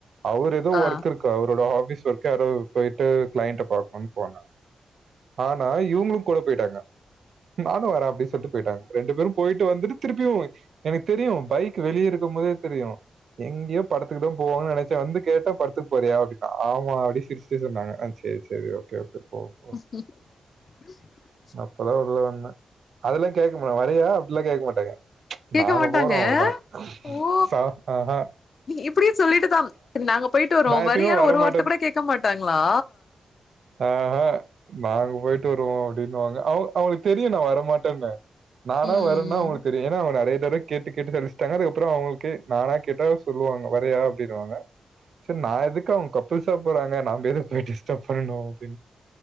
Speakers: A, on the right; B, on the left.
A: அவரு ஏதோ
B: ஆ
A: ஒர்க் இருக்கு அவரோட ஆஃபீஸ் ஒர்க் யாரோ போயிட்டு கிளைண்ட பாக்கணும்னு போனா ஆனா இவுங்களு கூட போயிட்டாங்க நானு வரே அப்டின்னு சொல்ட்டு போயிட்டாங்க ரெண்டு பேரு போயிட்டு வந்துட்டு திருப்பியு எனக்கு தெரியு பைக் வெளிய இருக்கு போதே தெரியு எங்கயோ படத்துக்கு தா போவாங்க நெனச்சே வந்து கேட்டா படத்துக்கு போறியா அப்டின்னா ஆமா அப்டி சிரிச்சு ட்டே சொன்னாங்க ஆ சேரி சேரி ஓகே ஓகே போ போ.
B: ம்
A: அப்பதா ஊர்லந்து வந்தே அதெல்லா கேக்க மாட்டாங் வரியா அப்டில்லா கேக்க மாட்டாங்க
B: கேக்க
A: நாங்க
B: மாட்டாங்க
A: போறோ அவ்ளோதா
B: ஓ
A: சாப் ஆஹ
B: இப்டியே சொல்லிட்டு தா நாங்க போயிட்டு வரோ
A: நான் எப்பயுமே
B: வரியானு
A: வரமாட்டேன்.
B: ஒரு வார்த்த கூட கேக்க மாட்டாங்களா
A: ஆஹ நாங்க போயிட்டு வருவோ அப்படின்னுவாங்க அவ ங்களுக்கு தெரியு நா வரமாட்டேன்னு நானா
B: ம்
A: வரேன்னா அவுங்களுக்கு தெரியு ஏன்னா அவுங்க நெறய தடவ கேட்டு கேட்டு சலிச்சுட்டாங்க அதுக்கப்றோ அவுங்களுக்கு நானா கேட்டா சொல்லுவாங்க வரியா அப்டின்னுவாங்க செரி நா எதுக்கு அவுங்க கப்புல்ஸா போறாங்க நாம்ப எதுக்கு போய் டிஸ்டர்ப் பண்ணனு அப்டின்னு